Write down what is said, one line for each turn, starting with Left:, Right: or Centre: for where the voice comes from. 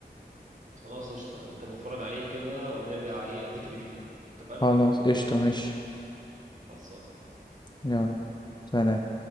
Right: خلاص قشطة ممكن نتفرج عليه كده ونرجع إيه أديك ريفيو اتفقنا
Left: خلاص قشطة ماشي
Right: خلصان
Left: يلا سلام